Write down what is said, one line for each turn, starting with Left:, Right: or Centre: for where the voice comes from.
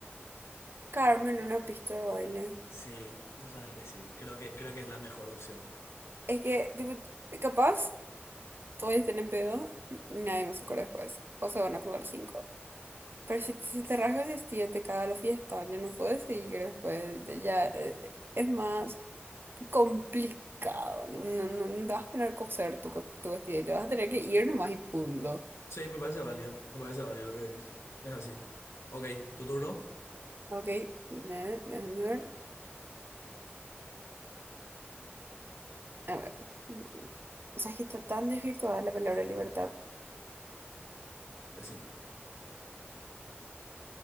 Right: Carmen, una pista de baile.
Left: Sí, tú sabes que sí. Creo que, creo que es la mejor opción.
Right: Es que, tipo, capaz, todos estén en pedo, nadie más se acuerda después. O se van a acordar cinco. Pero si se te rasga el vestido, te caga la fiesta, ya no puedes seguir después. Ya eh, es más complicado. No, no, no no te vas a poner a coser tu, co- tu vestido, te vas a tener que ir nomás y punto.
Left: Sí, me parece válido, me parece válido lo que decís. Es así. Ok, tu turno,
Right: Ok, ne- déjame ver. A ver, mm, o sea, es que está tan desvirtuada la palabra libertad.
Left: decime.